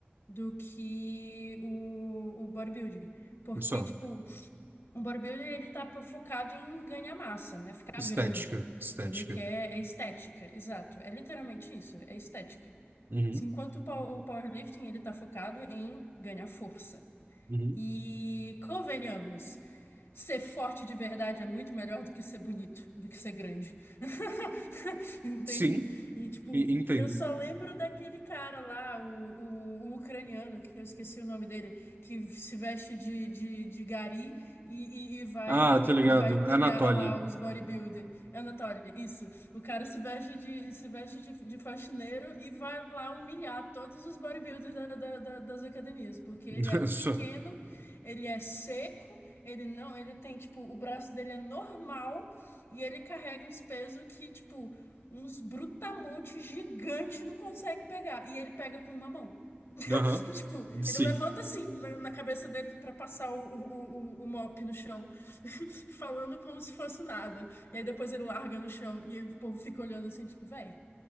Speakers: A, on the left (about 75°); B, on the right (about 55°).
A: do que o, o bodybuilding. Porque,
B: Só.
A: tipo, um bodybuilding ele tá po- focado em ganhar massa, né? Ficar
B: Estética.
A: grande.
B: Estética.
A: Ele quer, é estética, exato. É literalmente isso, é estética.
B: Uhum,
A: Enquanto o pow- o powerlifting ele tá focado em ganhar força.
B: uhum.
A: E convenhamos, ser forte de verdade é muito melhor do que ser bonito, do que ser grande. <laughs> Entende?
B: Sim,
A: E tipo,
B: e- entendo.
A: eu só lembro daquele cara lá, o, o, o ucraniano, que eu esqueci o nome dele, que se veste de, de, de gari e, e, e vai,
B: Ah,
A: e,
B: tô ligado.
A: e vai humilhar
B: Anatoly.
A: lá os bodybuilder. Anatoly, isso. O cara se veste de, se veste de, de faxineiro e vai lá humilhar todos os bodybuilders da- da- da- das academias, porque
B: <laughs>
A: ele é pequeno
B: Só.
A: ele é seco, ele não, ele tem, tipo, o braço dele é normal e ele carrega uns pesos que, tipo, uns brutamontes gigante não consegue pegar. E ele pega com uma mão. <laughs>
B: Aham.
A: Tipo,
B: Sim.
A: ele levanta assim na, na cabeça dele pra passar o, o, o, o mop no chão, <laughs> falando como se fosse nada. E aí depois ele larga no chão e aí o povo fica olhando assim, tipo, véi,